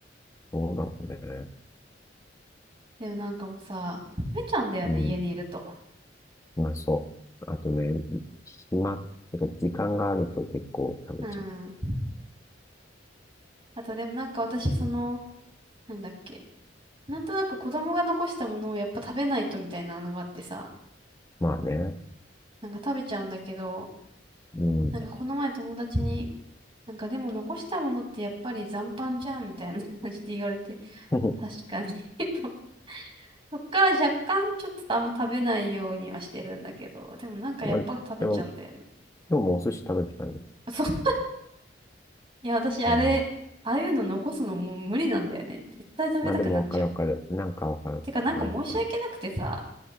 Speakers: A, on the left; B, on the right.
A: そうだね。
B: でもなんかもうさ、食べちゃうんだよね、
A: うん、
B: 家にいると。
A: まあそう。あとね、暇っていうか時間があると結構食べちゃう。
B: うん。あとでもなんか私その、なんだっけ。なんとなく子供が残したものをやっぱ食べないとみたいなのがあってさ、
A: まあね。
B: なんか食べちゃうんだけど、
A: うん。
B: なんかこの前友達に、なんかでも残したものってやっぱり残飯じゃんみたいな <laughs> 感じで言われて、
A: <laughs>
B: まあ、確かに <laughs> とそっから若干ちょっとあんま食べないようにはしてるんだけど、でもなんかやっぱ食べちゃうんだよね。
A: まあ、でも、今日もお寿司食べてたの。
B: <laughs> そう、<laughs> いや私あれ、
A: うん。
B: ああいうの残すのもう無理なんだよね。絶対食べたくなっちゃう。
A: まあでもわかるわかる。なんかわかる。
B: てかなんか申し訳なくてさ、
A: わかるわかる。